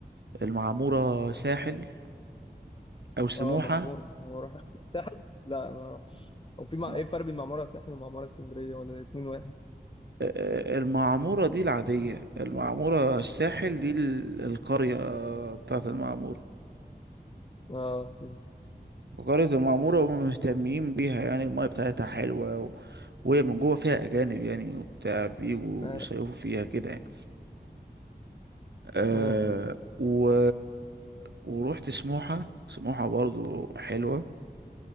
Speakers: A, on the right; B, on the left.
A: المعمورة ساحل او سموحة
B: اه معموره معموره ح- ساحل لا ما رحتش او في مع...
A: م-
B: ايه الفرق بين معموره ساحل ومعموره اسكندريه ولا الاتنين واحد
A: آه، آه، المعمورة دي العادية المعمورة الساحل دي ال- القرية بتاعت المعمورة
B: اه فهمت
A: فقرية المعمورة هم مهتمين بيها يعني المايه بتاعتها حلوة و... وهي من جوه فيها أجانب يعني وبتاع بيجوا
B: اه
A: يصيفوا فيها كده يعني أه
B: اه فهمت.
A: و... ورحت سموحة سموحة برضو حلوة